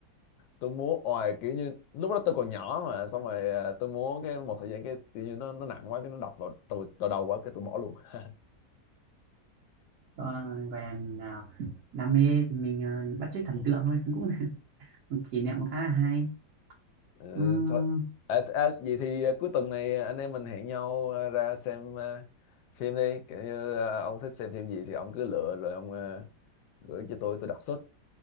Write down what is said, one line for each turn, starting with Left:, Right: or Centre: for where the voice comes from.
Left: tôi múa oài kiểu như lúc đó tôi còn nhỏ mà xong rồi à, tôi múa cái một thời gian cái kiểu như nó nó nặng quá cái nó đập vào tôi vào đầu quá cái tôi bỏ luôn <laughs>
Right: Ờ, gọi là mình nào đam mê thì mình ờ, bắt chước
Left: Ừ.
Right: thần tượng thôi cũng <laughs> cũng một kỷ niệm khá là hay
Left: Ừ,
Right: Ừm,
Left: thôi à, à, vậy thì à, cuối tuần này anh em mình hẹn nhau à, ra xem à, phim đi kiểu như à, ông thích xem phim gì thì ông cứ lựa rồi ông à, gửi cho tôi tôi đặt suất